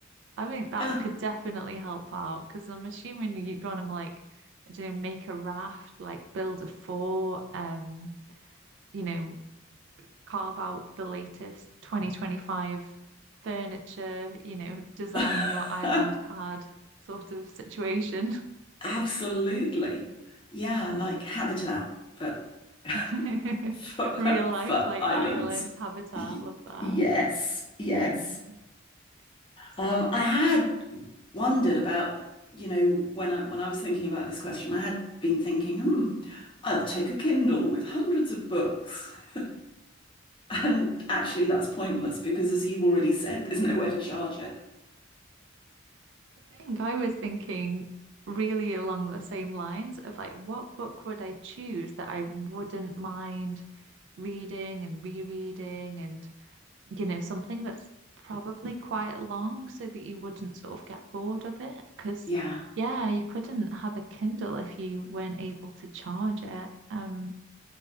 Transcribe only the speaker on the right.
I think that
could definitely help out because I'm assuming you'd want to like, I don't know, make a raft, like build a fort, um, you know, carve out the latest 2025 furniture, you know, design
your island pad sort of situation.
Um,
<laughs>
real life,
like
island habitat,
love that.
Um, so
I
think I was thinking really along the same lines of like, what book would I choose that I wouldn't mind reading and rereading and you know, something that's probably quite long so that you wouldn't sort of get bored of it. Because,
yeah, you couldn't have a Kindle if you weren't able to charge it. Um,